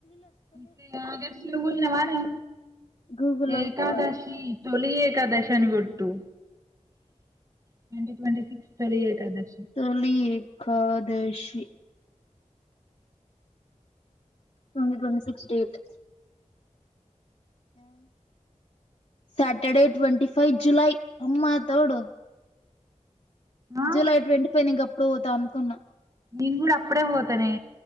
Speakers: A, on the right; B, on the left.
A: ఇంక ఆగష్టు లో ఉన్నవానె
B: గూగుల్లో
A: ఏకాదశి
B: చూస్తావు
A: తొలి ఏకాదశి అని కొట్టు ట్వంటి ట్వంటీ సిక్స్ చొలి ఏకాదశ
B: Tholi Ekadashi twenty twenty sixty eight Saturday twenty five July అమ్మా తోడు
A: ఆ
B: జూలై ట్వంటీ ఫైవ్ ని ఇంక అప్పుడు పోతా అనుకున్నా
A: నేను కూడా అప్పుడే పోతానే